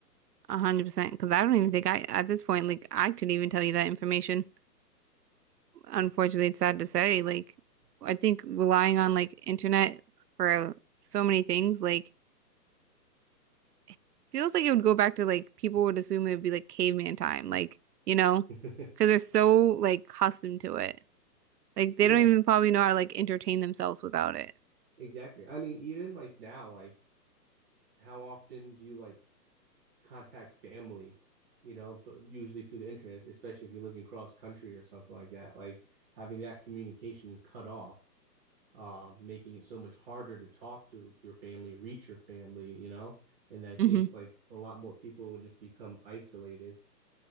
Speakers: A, on the right; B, on the right.
A: A hundred percent. Because I don't even think I, at this point, like I could even tell you that information. Unfortunately, it's sad to say. Like, I think relying on like internet for so many things, like it feels like it would go back to like people would assume it would be like caveman time, like you know,
B: <laughs>
A: because they're so like accustomed to it. Like they
B: yeah,
A: don't even probably know how to like entertain themselves without it.
B: exactly. I mean, even like now, like how often do you like contact family, you know, th- usually through the internet, especially if you're living cross country or something like that. Like having that communication cut off, um, making it so much harder to talk to your family, reach your family, you know. And I think
A: hmm
B: like a lot more people would just become isolated.